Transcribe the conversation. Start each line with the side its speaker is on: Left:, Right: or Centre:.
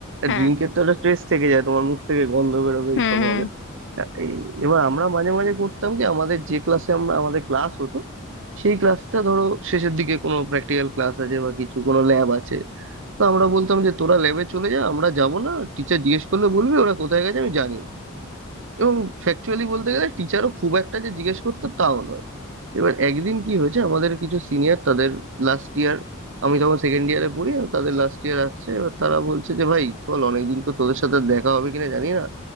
Left: হ্যাঁ
Right: ড্রিঙ্কের তো একটা ট্রেস থেকে যায় তোমার মুখ থেকে গন্ধ বেরোবে
Left: হুম
Right: এইসব
Left: হুম
Right: হবে তা এই এবার আমরা মাঝে মাঝে করতাম কি আমাদের যে ক্লাসে আমরা আমাদের ক্লাস হতো সেই ক্লাসটা ধরো শেষের দিকে কোনো প্র্যাকটিক্যাল ক্লাস আছে বা কিছু কোনো ল্যাব আছে তো আমরা বলতাম যে তোরা ল্যাবে চলে যা আমরা যাব না টিচার জিজ্ঞেস করলে বলবি ওরা কোথায় গেছে আমি জানি না এবং ফ্যাকচুয়ালি বলতে গেলে টিচারও খুব একটা যে জিজ্ঞেস করতো তাও নয় এবার একদিন কি হয়েছে আমাদের কিছু সিনিয়র তাদের লাস্ট ইয়ার আমি তখন সেকেন্ড ইয়ারে পড়ি আর তাদের লাস্ট ইয়ার আসছে এবার তারা বলছে যে ভাই চল অনেকদিন তো তোদের সাথে দেখা হবে কিনা জানি না